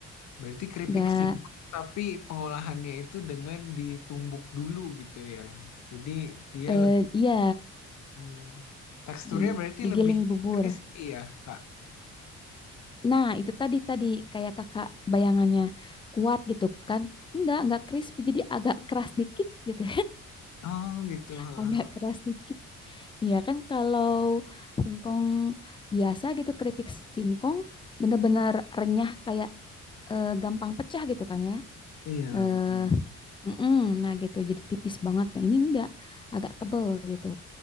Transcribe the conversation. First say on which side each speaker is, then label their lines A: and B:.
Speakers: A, on the left; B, on the left.
A: Berarti keripik
B: Nggak
A: singkong tapi pengolahannya itu dengan ditumbuk dulu gitu ya. Jadi dia
B: eh
A: lebih
B: iya
A: hmm, teksturnya
B: di
A: berarti
B: digiling
A: lebih
B: bubur.
A: crispy ya, Kak.
B: Nah, itu tadi tadi kayak kakak bayangannya kuat gitu kan. Enggak, enggak crispy jadi agak keras dikit gitu
A: Oh gitu. <laughs>
B: agak keras dikit. Iya kan kalau singkong biasa gitu keripik singkong bener-bener renyah kayak eh, gampang pecah gitu kan ya.
A: Iya,
B: Eh,
A: betul.
B: mm-mm, nah gitu jadi tipis banget. Nah ini enggak agak tebel gitu.